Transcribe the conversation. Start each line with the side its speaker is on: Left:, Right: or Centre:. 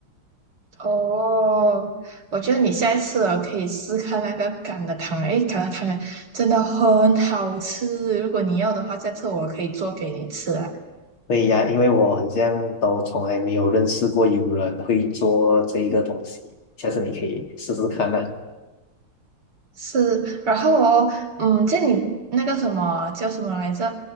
Right: 哦，我觉得你下一次哦可以试看那个橄的汤圆，诶，橄榄汤圆真的很好吃。如果你要的话，下次我可以做给你吃啦。
Left: 对呀，因为我好像都从来没有认识过有人会做这一个东西，下次你可以试试看呢、
Right: 是，然后哦，嗯，就你那个什么叫什么来着？